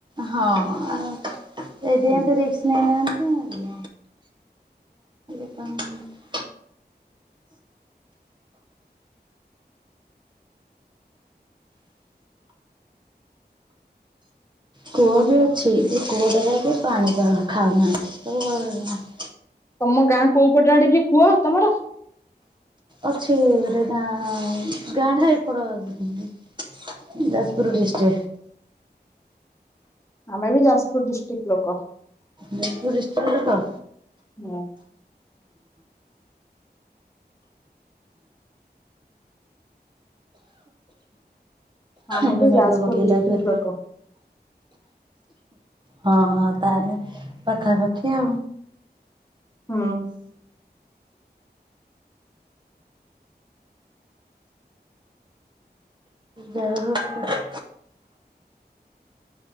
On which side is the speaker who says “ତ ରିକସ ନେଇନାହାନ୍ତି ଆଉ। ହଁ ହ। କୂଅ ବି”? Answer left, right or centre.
Right